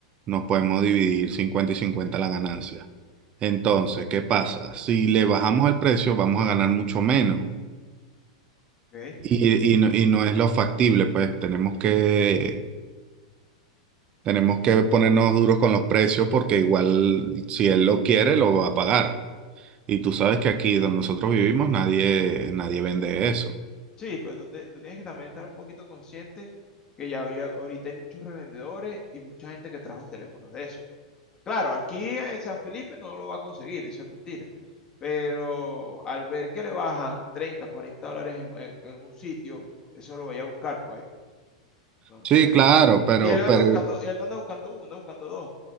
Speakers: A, on the right; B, on the left.
A: nos podemos dividir 50 y 50 la ganancia. Entonces, ¿qué pasa? Si le bajamos el precio, vamos a ganar mucho menos.
B: Ok.
A: Y, y no y no es lo factible, pues tenemos que Tenemos que ponernos duros con los precios porque igual si él lo quiere, lo va a pagar. Y tú sabes que aquí donde nosotros vivimos nadie, nadie vende eso.
B: Sí, pero tú, te- tú tienes que también estar un poquito consciente que ya había, ahorita hay muchos revendedores y mucha gente que trajo teléfonos de eso. Claro, aquí en San Felipe no lo va a conseguir, eso es mentira. Pero al ver que le bajan 30, 40 dólares en, en- en un sitio, eso lo voy a buscar, pues. Entonces,
A: Sí, claro, pero,
B: y él anda
A: pero
B: buscando,
A: eh,
B: él no anda buscando uno, anda buscando dos.